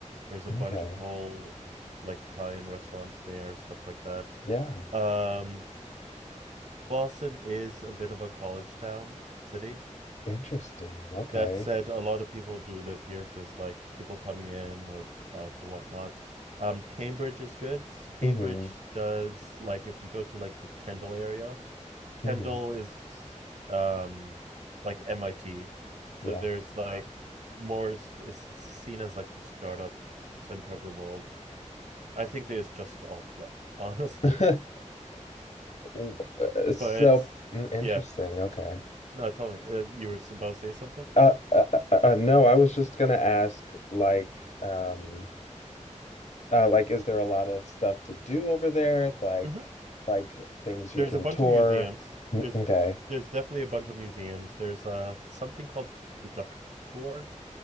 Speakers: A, on the right; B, on the left.
A: There's a
B: Okay.
A: bunch of whole like Italian restaurants there, stuff like that.
B: Yeah.
A: Um, Boston is a bit of a college town city.
B: Interesting. Okay.
A: That said, a lot of people do live here, so it's like people coming in or out or whatnot. Um, Cambridge is good. Cambridge
B: hmm
A: does like if you go to like the Kendall area,
B: hmm
A: Kendall is um like MIT. So
B: Yeah.
A: there's like more s- it's seen as like the startup center of the world. I think that it's just all fluff, honestly.
B: <laughs>
A: <laughs>
B: W- uh, So
A: But
B: mm, interesting.
A: yeah,
B: Okay.
A: no, tell me, uh, you were about to say something?
B: Uh, uh, uh, uh, no, I was just gonna ask, like, um, uh, like, is there a lot of stuff to do over there? Like,
A: Mhm.
B: like things you
A: There's
B: can
A: a bunch
B: tour?
A: of museums.
B: Mm,
A: There's
B: Okay.
A: there's definitely a bunch of museums. There's uh something called the Duck Tour,